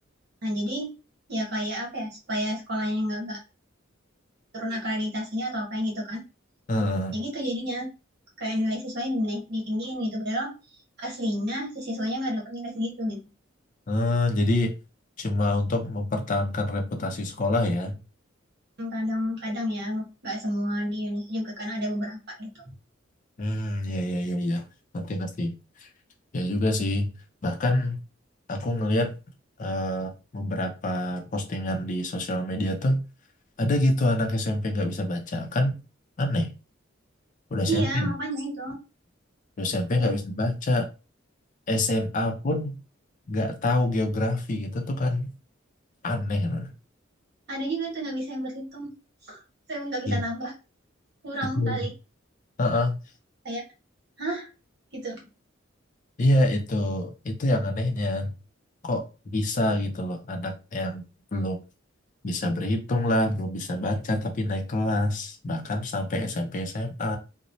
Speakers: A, on the right (about 55°); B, on the left (about 40°).
A: Nah jadi ya kayak apa ya supaya sekolahnya nggak nggak turun akreditasinya atau apa yang gitu kan.
B: Heeh.
A: Ya gitu jadinya kayak nilai siswanya dinaik, ditinggiin gitu. Padahal aslinya si siswanya nggak dapet nilai segitu gitu.
B: Heeh, jadi cuma untuk mempertahankan reputasi sekolah ya.
A: Kadang-kadang ya nggak semua di Indonesia juga kan ada beberapa gitu.
B: Hmm, ya, ya, ya, ya. Ngerti, ngerti. Ya juga sih. Bahkan aku ngelihat eh, beberapa postingan di sosial media tuh ada gitu anak SMP nggak bisa baca kan aneh. Udah
A: Iya
B: SMP,
A: makanya itu
B: udah SMP
A: ya
B: nggak bisa baca, SMA pun nggak tahu geografi gitu tuh kan aneh. loh.
A: ada juga itu nggak bisa yang berhitung, saya nggak
B: Ya,
A: bisa nambah kurang
B: itu,
A: kali
B: Heeh.
A: Kayak hah gitu.
B: Iya itu, itu yang anehnya. Kok bisa gitu loh anak yang belum bisa berhitung lah, belum bisa baca tapi naik kelas, bahkan sampai SMP SMA